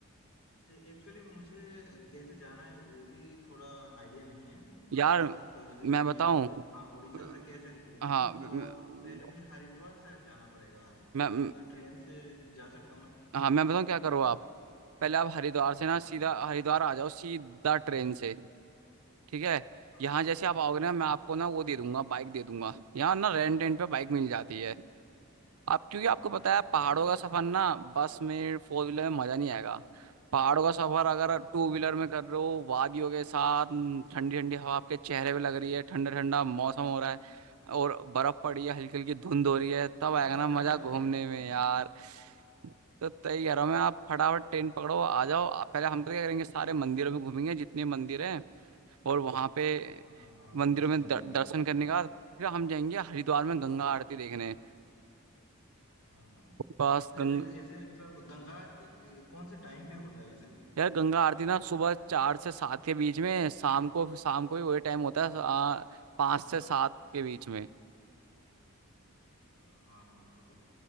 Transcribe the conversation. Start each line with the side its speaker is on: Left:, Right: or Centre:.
Left: एक्चुअली मुझे कैसे जाना है वो भी थोड़ा आइडिया नहीं है थोड़ा
Right: यार
Left: बता सकते हो जैसे
Right: मैं
Left: कि मैं
Right: बताऊं
Left: हाँ उड़ीसा
Right: अ,
Left: से कैसे निकलूँ
Right: हाँ
Left: मतलब
Right: म-
Left: अ,
Right: म-
Left: पहले मुझे हरिद्वार शायद जाना पड़ेगा
Right: मैं
Left: वो मैं ट्रेन से जा सकता हूँ ना
Right: हाँ मैं बताऊं क्या करो आप पहले आप हरिद्वार
Left: हाँ
Right: से ना सीधा
Left: हाँ
Right: हरिद्वार आ जाओ सीधा ट्रेन से ठीक है
Left: हाँ
Right: यहाँ
Left: हाँ
Right: जैसे आप आओगे ना मैं आपको ना वो दे दूंगा बाइक दे दूंगा यहाँ ना रेंट रेंट पे बाइक मिल
Left: अरे
Right: जाती
Left: भाई
Right: है आप क्योंकि आपको
Left: अरे बढ़िया
Right: पता है
Left: बढ़िया
Right: पहाड़ों
Left: बढ़िया
Right: का सफर
Left: बढ़िया
Right: ना बस में फोर व्हीलर में मजा नहीं आएगा पहाड़ों का सफर अगर
Left: हाँ
Right: टू
Left: हाँ
Right: व्हीलर में कर रहे हो वादियों के साथ न, ठंडी ठंडी हवा आपके चेहरे पे लग रही है ठंडा ठंडा मौसम हो रहा है और बर्फ पड़ी
Left: हाँ
Right: है हल्की
Left: अरे
Right: हल्की
Left: भाई
Right: धुंध हो रही है तब आएगा
Left: मतलब
Right: ना
Left: मजा
Right: मजा
Left: से
Right: घूमने
Left: आ जाएगी
Right: में
Left: हाँ
Right: यार तो तय कह रहा हूँ मैं आप फटाफट ट्रेन पकड़ो आ जाओ आप पहले हम तो क्या करेंगे सारे मंदिरों में घूमेंगे जितने मंदिर हैं और वहाँ पे
Left: हाँ हाँ
Right: मंदिरों
Left: बहुत सारे
Right: में
Left: मंदिर
Right: दर, दर्शन
Left: हो गए हैं।
Right: करने का फिर हम जाएंगे हरिद्वार में गंगा आरती देखने
Left: हाँ हाँ हाँ
Right: बस
Left: अरे
Right: गंग
Left: भाई ऐसे मतलब गंगा आरती के- कौन से टाइम पे होता है वैसे
Right: यार गंगा आरती ना सुबह चार से सात के बीच में शाम को शाम को ही वही टाइम होता है आ, पाँच से सात के बीच में
Left: अच्छा हाँ हाँ मतलब